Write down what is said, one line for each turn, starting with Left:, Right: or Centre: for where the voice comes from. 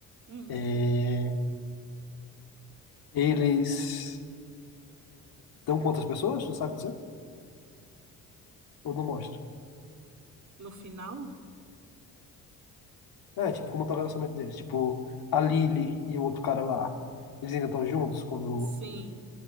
Right: Hum,
Left: É, eles estão com outras pessoas, não sabe dizer? Ou não mostra?
Right: no final,
Left: É, tipo, como tá o relacionamento deles? Tipo, a Lily e o outro cara lá, eles ainda estão juntos quando
Right: sim,